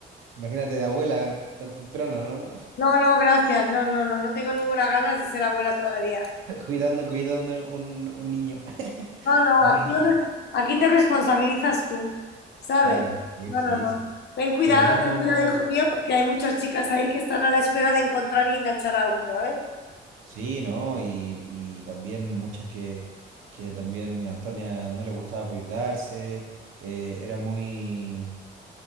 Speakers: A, on the right; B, on the left.
A: imagínate de abuela tan temprano, ¿no?
B: No, no, gracias. No, no, no, no tengo ninguna ganas de ser abuela todavía.
A: <laughs> Cuidando, cuidando un, un niño, <laughs>
B: No, no,
A: a
B: aquí,
A: una niña.
B: aquí te responsabilizas tú, ¿sabes?
A: Claro, sí,
B: No,
A: sí,
B: no, no.
A: sí.
B: Ten cuidado,
A: Por lo mismo,
B: ten cuidado, hijo mío, porque hay muchas chicas ahí que están a la espera de encontrar y enganchar a uno, ¿eh?
A: sí, ¿no? Y, y también muchas que, que también la Antonia no le gustaba cuidarse, eh, era muy,